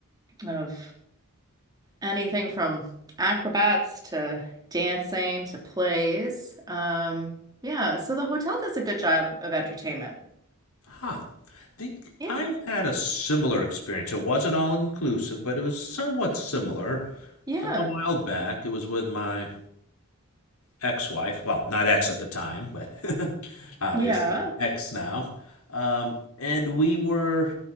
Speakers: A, on the right (about 20°); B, on the left (about 80°).
A: of anything from acrobats to dancing to plays. Um, yeah, so the hotel does a good job of entertainment.
B: Ah, the
A: Yeah,
B: I've had a similar experience. It wasn't all inclusive, but it was somewhat similar.
A: yeah,
B: Uh, a while back, it was with my ex-wife. Well, not ex at the time, but <laughs> obviously
A: yeah.
B: ex now. Um, and we were.